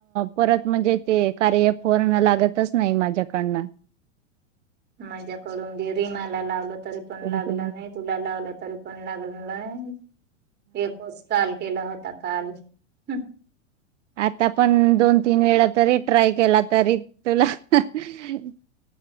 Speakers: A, on the right; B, on the right.
A: परत म्हणजे ते कार्य फोन लागतच नाही. माझ्याकडन.
B: माझ्याकडून- मी रिमाला लावला तरी पण
A: हम्म.
B: लागला नाहीं. तुला लावला तरी पण लाग- <unintelligible> एकच काल केला होता काल. <inaudible>
A: आता पण दोन, तीन, वेळा तरी ट्राय केला तरी तुला. <unintelligible>